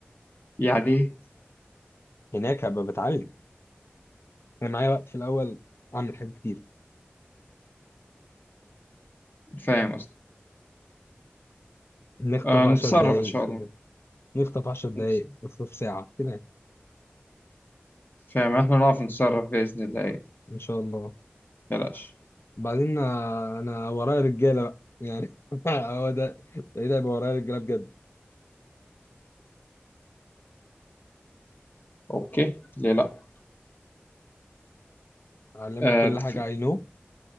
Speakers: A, on the left; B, on the left.
A: يعني إيه؟
B: هناك هبقى بتعلم انا معايا وقت في الاول اعمل حاجات كتير
A: فاهم اصلا
B: نخطف
A: آه
B: 10
A: نتصرف
B: دقايق
A: ان شاء الله
B: كده نخطف 10 دقايق
A: نت-
B: نخطف ساعه كده
A: فاهم احنا نعرف نتصرف باذن الله يعني
B: ان شاء الله
A: بلاش
B: بعدين آه، انا ورايا رجاله بقى يعني <laughs> هو ده ده هيبقى ورايا رجاله بجد
A: اوكي ليه لا
B: اعلمك
A: آه
B: كل
A: ف-
B: حاجه اي نو